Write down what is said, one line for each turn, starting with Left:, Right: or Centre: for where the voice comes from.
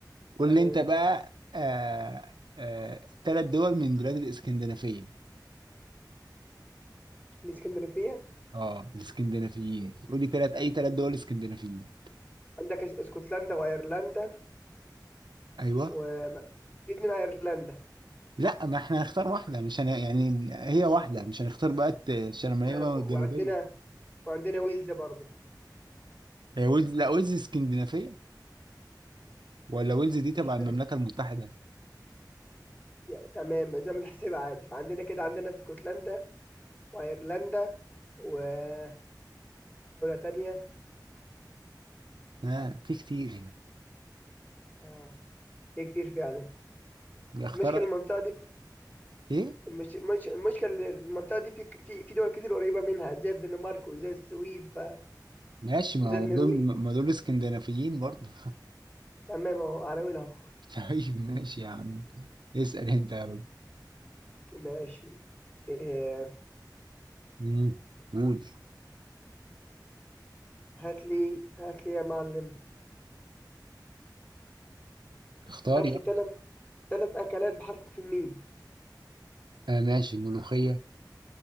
Right: قول
Left: تمام
Right: لي انت بقى آه آه ثلاث دول من بلاد الاسكندنافيه
Left: الإسكندرية
Right: اه الاسكندنافيين قول لي ثلاث اي ثلاث دول اسكندنافيين
Left: عندك اس- اسكتلندا وايرلندا
Right: ايوه
Left: و في اتنين ايرلندا
Right: لا ما احنا هنختار واحده مش هن... يعني هي واحده مش هنختار بقى الت- الشماليه
Left: تمام
Right: ولا الجنوبيه
Left: وعندنا وعندنا ويلز برضو
Right: هي ويلز لا ويلز اسكندنافيه ولا ويلز دي تبع
Left: مش
Right: المملكه
Left: فاكر
Right: المتحده
Left: يا تمام زي ما تحسبها عادي فعندنا كده عندنا اسكتلندا وايرلندا ودولة تانية
Right: ها في كتير
Left: اه في كتير فعلا
Right: اختار
Left: المشكلة المنطقة دي
Right: ايه
Left: المش... المش... المشكلة المنطقة دي في في في دول كتير قريبة منها زي الدنمارك وزي السويد ف...
Right: ماشي ما
Left: وزي
Right: هو
Left: النرويج
Right: دول ما دول اسكندنافيين برضه
Left: تمام اهو على ويلها
Right: <laughs> طيب ماشي يا عم اسال انت يا رب
Left: ماشي إيه...
Right: مم. قول
Left: هات لي هات لي يا معلم
Right: اختار
Left: هات
Right: يعني.
Left: لي ثلاث ثلاث أكلات بحرف الميم
Right: آه ماشي ملوخية